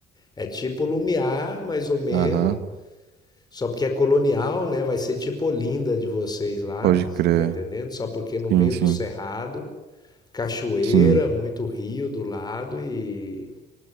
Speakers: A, on the left; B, on the right.
A: é tipo Lumiar, mais ou menos,
B: Aham.
A: Só porque é colonial, né? Vai ser tipo Olinda de vocês lá,
B: Pode crer.
A: tá entendendo? Só porque no
B: Sim,
A: meio
B: sim.
A: do cerrado, cachoeira,
B: Sim,
A: muito rio do lado e,